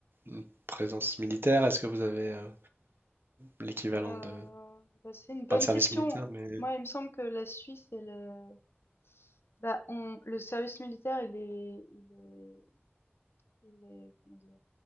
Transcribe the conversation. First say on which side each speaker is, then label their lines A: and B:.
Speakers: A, on the right; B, on the left.
A: une présence militaire? Est-ce que vous avez euh, l'équivalent
B: Euh,
A: de,
B: bah, c'est une bonne
A: pas le service
B: question.
A: militaire, mais
B: Moi, il me semble que la Suisse, elle, est- bah, on, le service militaire, il est, il est, il est, comment dire,